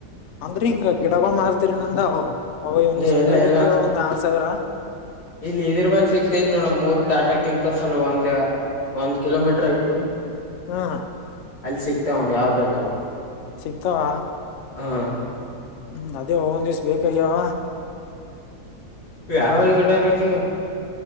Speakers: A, on the left (about 80°); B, on the left (about 40°).
A: ಅಂದ್ರೆ ಹಿಂಗ. ಗಿಡಗಳು ಮಾರ್ತಿರಿ ನಂದ ಅವ ಒಂದಷ್ಟ್
B: ಏ ಎಲ್ಲ
A: ಗಿಡ ಬೇಕ
B: ಎಲ್ಲ
A: ಒಂದ ಆರ್ ಸಾವಿರ.
B: ಇಲ್ಲಿ ಇದ್ರ ಬಲ್ಲಿ ಸಿಗ್ತೈತಿ ನೋಡಮ ಮೂರ್ ದಾಟಗಿಂತ ಸಲ ಒಂದ. ಒಂದ್ ಕಿಲೋಮೀಟರ್ ಐತಿ.
A: ಹಾ.
B: ಅಲ್ಲಿ ಸಿಗ್ತವ ನೋಡಿ ಯಾವ್ ಬೇಕಾವ್.
A: ಸಿಗ್ತಾವ.
B: ಹಾ.
A: ಹ್ಮ್ ಅದೇ ಆವೊಂದಿಸ ಬೇಕಗ್ಯಾವ.
B: ಯಾವಾಗ ಗಿಡ ಬೇಕ ನಿಂಗ.